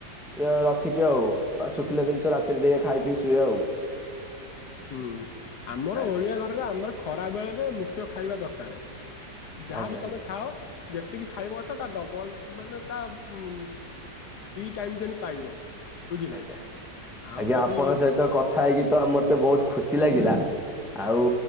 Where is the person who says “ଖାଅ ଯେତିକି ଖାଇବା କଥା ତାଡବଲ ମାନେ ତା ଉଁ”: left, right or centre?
Left